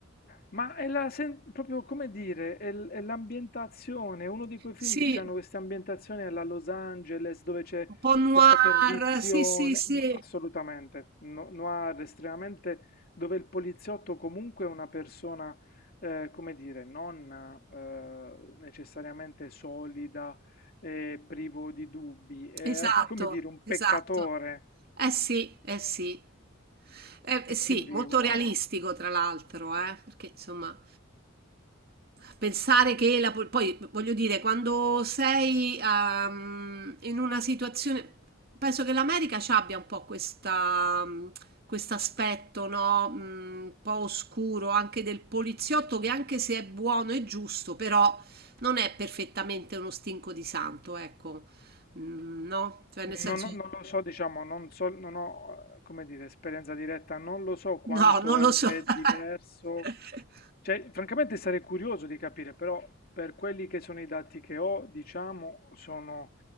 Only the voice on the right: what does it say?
Sì,
un po' noir,
sì, sì, sì.
Esatto,
esatto.
Eh sì, eh sì. Eh, eh
sì,
molto
realistico tra l'altro, eh, perché insomma, pensare che la... pol- Poi voglio dire, quando sei ehm, in una situazione... Penso che l'America ci abbia un po' questa, mh, questo aspetto, no? Mh, Un po' oscuro anche del poliziotto che anche se è buono e giusto, però non è perfettamente uno stinco di santo, ecco. Mhmm, no, cioè nel senso
no, non
lo so.
<laughs>